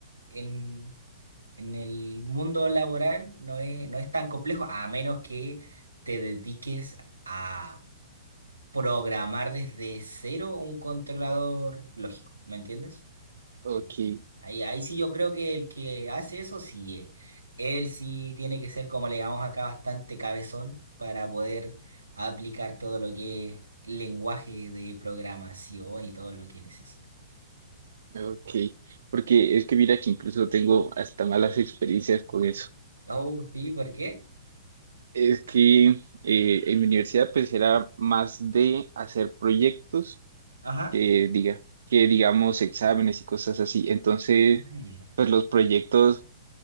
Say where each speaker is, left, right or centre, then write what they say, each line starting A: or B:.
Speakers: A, on the right; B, on the right.
A: en, en el mundo laboral no es, no es tan complejo, a menos que te dediques a programar desde cero un controlador lógico, ¿me entiendes?
B: ok,
A: Eh, Ahí, ahí sí yo creo que el que hace eso, sí, eh, él sí tiene que ser, como le llamamos acá, bastante cabezón para poder aplicar todo lo que es lenguaje de programación y todo lo que necesita.
B: ok, porque es que mira que incluso tengo hasta malas experiencias con eso.
A: Oh, sí, ¿por qué?
B: Es que eh, en mi universidad pues era más de hacer proyectos
A: Ajá.
B: que diga, que digamos exámenes y cosas así. Entonces,
A: Ah, Ya,
B: pues los proyectos,